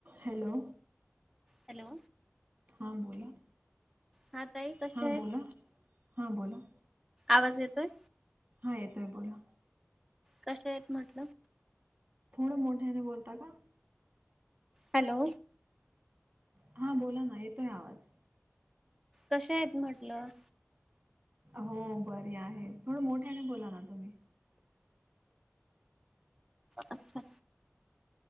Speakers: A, on the right (about 35°); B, in the centre.
A: Hello.
B: Hello
A: हा बोला.
B: हा ताई कशा
A: हा
B: आहेत
A: बोला, हा बोला.
B: आवाज येतोय?
A: हा येतोय बोला.
B: कशा आहेत म्हटलं?
A: थोड मोठ्याने बोलता का?
B: हॅलो.
A: हा बोला ना येतोय आवाज.
B: कशा आहेत म्हटलं?
A: हो बरी आहे. थोडं मोठ्याने बोला ना तुम्ही.
B: अच्छा